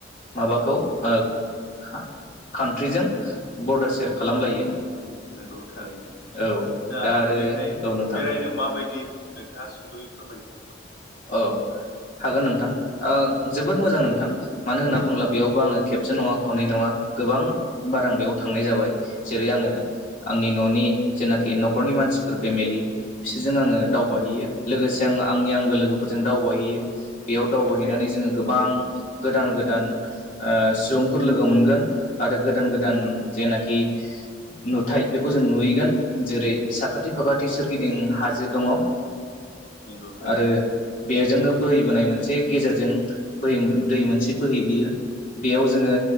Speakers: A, on the left; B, on the left.
A: माबाखौ ओ कान्ट्रिजों बरडार सेयार खालामलायो।
B: नंगौ थारैनो
A: औ
B: दा
A: आरो
B: बेहाय
A: औ नोंथां
B: बेरायनो माबायदि नोंथाङा सुंदयै फोरमायनो हागोन नामा?
A: अ हागोन नोंथां ओ जोबोद मोजां नोंथां मानो होनना बुङोब्ला
B: औ
A: बेयावबो आङो खेबसे नङा खननै नङा गोबां बार आं बेयाव थांनाय जाबाय जेरै
B: नंगौ
A: आङो आंनि न'नि जेनाखि न'खरनि मानसिफोर फेमिलि बिसोरजों
B: नंगौ
A: आङो दावबायहैयो। लोगोसे आं आंनि आंगो लोगोफोरजों दावबायहैयो बेयाव
B: नंगौ
A: दावबायहैनानै
B: थारैनो
A: जोङो गोबां गोदान गोदान ओ सुबुंफोर लोगो मोनगोन आरो गोदान गोदान
B: औ
A: जेनाखि नुथाय बेखौ जों नुहैगोन जेरै साखाथि फाखाथि सोरगिदिं हाजो दङ।
B: नोंगौ थारैनो
A: आरो बेजोंनो बोहैबोनाय मोनसे गेजेरजों बोहै दै मोनसे बोहै बियो बेयाव जोङो